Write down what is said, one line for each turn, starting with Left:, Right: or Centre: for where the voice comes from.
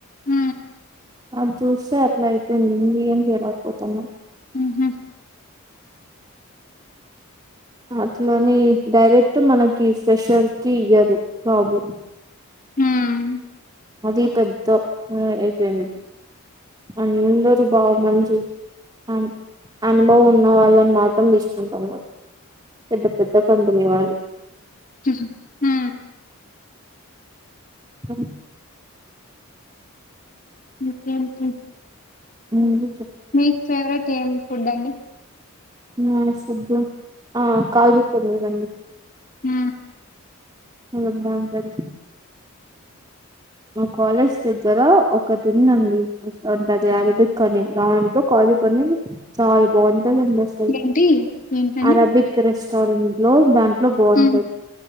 Left: ఉ
Right: అది చూస్తే అట్లా అయితుంది ఏం చేయలేకపోతాము
Left: ఉ హు
Right: అట్లని డైరెక్ట్ మనకి ఫ్రెషర్ కి ఇయ్యారు బబు
Left: హ్మ్.
Right: అది పెద్ద అయిపోయింది అందరు బాగా మంచి అ అనుభవం ఉన్న వాళ్ళని మాత్రం తీసుకుంటాం పెద్ద పెద్ద కంపెనీ వాళ్ళు
Left: ఉ హు ఊ
Right: అవును
Left: ఇంకేంటి
Right: ఉంది
Left: మీకు ఫేవరెట్ ఏం ఫుడ్ అండి
Right: నా ఫుడ్ కాజు పన్నీర్ అండి
Left: ఉ
Right: అద బాగుంటంది మా కాలేజ్ దగ్గర ఒక ఉంది అండి మస్తు ఉంటది అరబిక్ అని దాంట్లో అరబికని చాలా బాగుంటుంది
Left: ఏంటి? ఏంటండి?
Right: అరాబిక్ రెస్టారెంట్ దాంట్లో బాగుంటది
Left: హ్మ్.